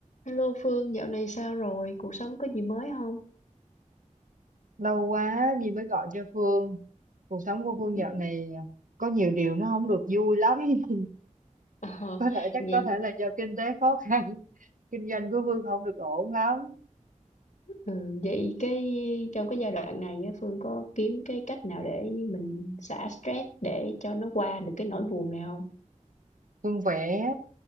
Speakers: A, on the left (about 70°); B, on the right (about 75°).
A: Hello Phương, dạo này sao rồi? Cuộc sống có gì mới không?
B: lâu quá Nhi mới gọi cho Phương cuộc sống của Phương
A: <laughs>
B: dạo này có nhiều điều nó không được vui lắm <laughs>
A: Ờ,
B: có thể chắc
A: vậy
B: có thể là do kinh tế khó khăn kinh doanh của Phương không được ổn lắm
A: ừ, vậy cái trong cái giai đoạn này á, Phương có kiếm cái cách nào để mình xả stress để cho nó qua được cái nỗi buồn này không?
B: Phương vẽ